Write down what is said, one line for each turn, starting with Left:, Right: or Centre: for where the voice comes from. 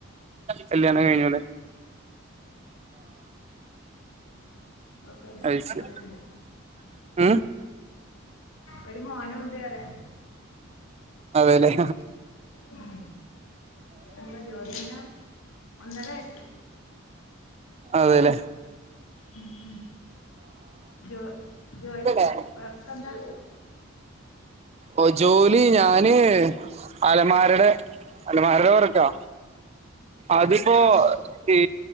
Right: കല്യാണം കഴിഞ്ഞതല്ലേ
Left: ഓൾക്കൊരു,
Right: അത് ശരി
Left: മോനുണ്ട്
Right: ഉം
Left: ഒരു മോനുമുണ്ടുവേറെ
Right: അതെയല്ലേ
Left: ഉം.. എന്താ, ജോലിയെന്താ ഒന്നരവയസ്സ്
Right: അതെയല്ലേ
Left: ഉം ഉം ജോ ജോലി
Right: ആഹ്
Left: വർക്ക്ക്കെന്താ
Right: ഓ ജോലി ഞാന് അലമാരെടെ അലമാരെടെവർക്കാ അതിപ്പോ
Left: ആ, ശരി
Right: ഈ